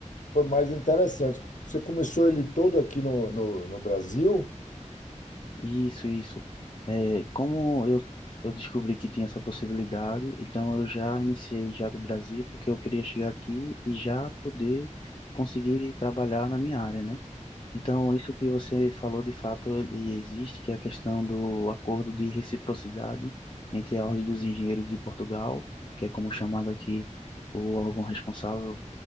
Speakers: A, on the left; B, on the left.
A: foi mais interessante. Você começou ele todo aqui no, no, no Brasil?
B: Isso, isso. É, como eu, eu descobri que tinha essa possibilidade, então eu já iniciei já do Brasil, porque eu queria chegar aqui e já poder conseguir trabalhar na minha área, né? Então, isso que você falou, de fato, ele existe, que é a questão do acordo de reciprocidade entre a Ordem dos Engenheiros de Portugal, que é como chamado aqui o órgão responsável